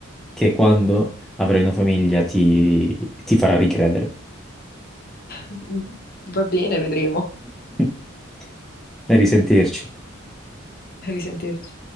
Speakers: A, in the centre; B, on the left.
A: che quando avrai una famiglia ti, ti farà ricredere.
B: Mm, Va bene, vedremo.
A: <laughs> A risentirci.
B: <laughs> A risentirci.